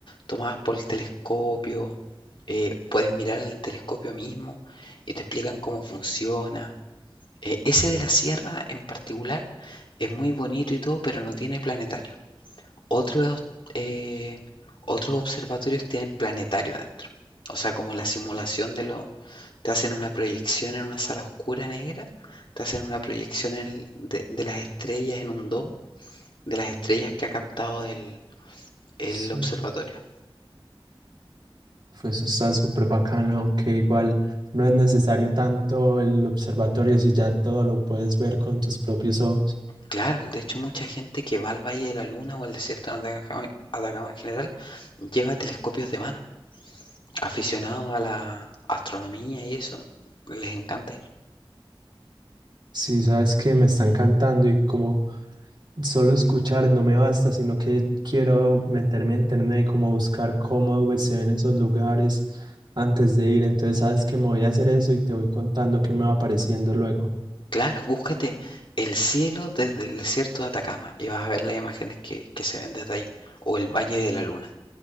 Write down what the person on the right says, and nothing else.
Sí.
Uf, Eso está súper bacano, aunque igual no es necesario tanto el observatorio si ya todo lo puedes ver con tus propios ojos.
Si sabes que me están cantando y como solo escuchar no me basta, sino que quiero meterme a internet y como buscar cómo ve- se ven esos lugares antes de ir. Entonces sabes que me voy a hacer eso y te voy contando qué me va apareciendo luego.